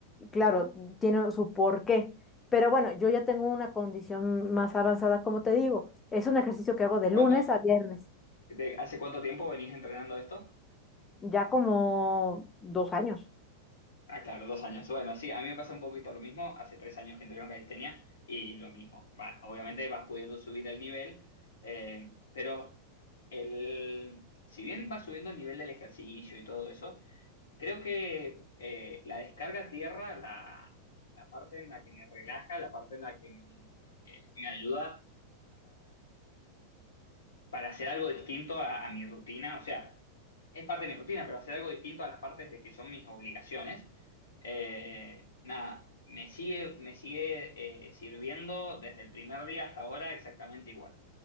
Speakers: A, on the left; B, on the left.
A: claro, tiene su porqué. Pero bueno, yo ya tengo una condición más avanzada, como te digo. Es un ejercicio que hago de
B: ¿cuánto,
A: lunes a viernes.
B: ¿De hace cuánto tiempo venís entrenando esto?
A: ya como dos años.
B: Ah, claro, dos años. Bueno, sí, a mí me pasa un poquito lo mismo. Hace tres años que entreno calistenia y lo mismo. Va, obviamente vas pudiendo subir el nivel, eh, pero el, si bien vas subiendo el nivel del ejercicio y todo eso, creo que eh, la descarga a tierra, la, la parte en la que me relaja, la parte en la que me, eh, me ayuda para hacer algo distinto a, a mi rutina, o sea, es parte de mi rutina, pero hacer algo distinto a las partes de que son mis obligaciones, eh, nada, me sigue, me sigue eh, sirviendo desde el primer día hasta ahora exactamente igual.